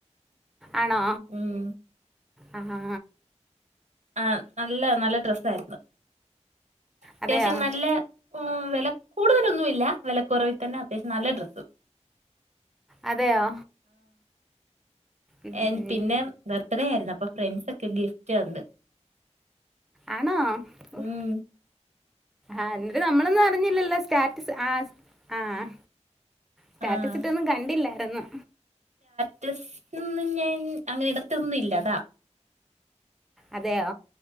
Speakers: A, in the centre; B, on the right.
A: ആണോ
B: ഉം
A: ആഹ്
B: ആഹ് നല്ല നല്ല ഡ്രസ്സ് ആയിരുന്നു. അത്യാവശ്യം
A: അതെയോ
B: നല്ല ഉം വെല കൂടുതലൊന്നു ഇല്ല വെലക്കുറവിൽ തന്നെ അത്യാവശ്യം നല്ല ഡ്രസ്സും
A: അതെയോ ഉം.
B: ഏം പിന്നെ ബെർത്ത്ഡേ ആയിര്ന്ന് അപ്പൊ ഫ്രണ്ട്സാെക്കെ ഗിഫ്റ്റ് തന്ന്
A: ആണോ ഓഹ്
B: ഉം
A: ആഹ് ന്നിട്ട് നമ്മളൊന്നും അറിഞ്ഞില്ലല്ലോ സ്റ്റാറ്റസ് ആഹ് സ് ആഹ് സ്റ്റാറ്റസിട്ടാെന്നും
B: ആഹ്
A: കണ്ടില്ലായ്ര്ന്ന്
B: റ്റസാെന്നും ഞാൻ അങ്ങനെ ഇടത്തൊന്നും ഇല്ല അതാ
A: അതെയോ